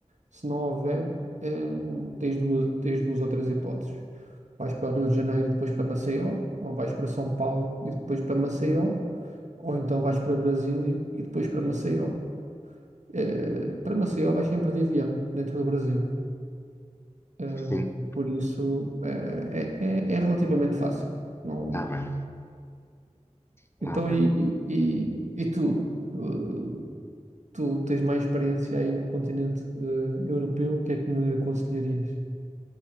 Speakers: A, on the right (about 70°); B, on the left (about 20°).
A: se não houver, hum, tens duas, tens duas ou três hipóteses. Vais para o Rio de Janeiro e depois para Maceió, ou vais para São Paulo e depois para Maceió, ou então vais para Brasília e depois para Maceió. Eh, para Maceió vais sempre de avião, dentro do Brasil. Hum,
B: Sim,
A: por isso, eh, é, é, é relativamente fácil. Não...
B: está bem, está
A: Então,
B: bem.
A: e, e, e e tu? Eh, Tu tens mais experiência aí no continente eh, europeu, o que é que me aconselharias?